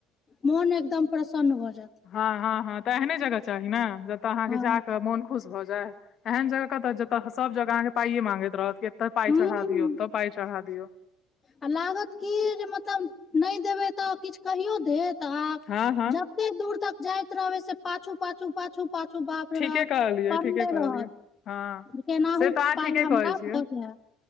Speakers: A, on the left; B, on the left.
A: मन एकदम प्रसन्न भऽ जेत
B: हँ हँ हँ तऽ एहने जगह चाही ने जतय अहाँके
A: हँ
B: जाकऽ मोन खुश भऽ जाय एहन जगह कतऽ जतऽ सब जगह अहाँके पाइए मांगैत रहत तऽ पाइ
A: हूँ
B: चढ़ा दियौ छतऽ पाइ चढ़ा दियौ
A: आ लागत की जे मतलब नहि देबै तऽ किछु कहियो देत त आ
B: हँ हँ
A: जते दूर तक जाइत रहबै से पाछू पाछू पाछू पाछू बाप
B: ठीके
A: रौ बा
B: कहलियै
A: पड़ले
B: ठीके कहलियै
A: रहत
B: हँ
A: जे केनाहु
B: से तऽ अहाँ
A: पाइ
B: ठीके
A: हमरा
B: कहै छियै
A: भऽ जे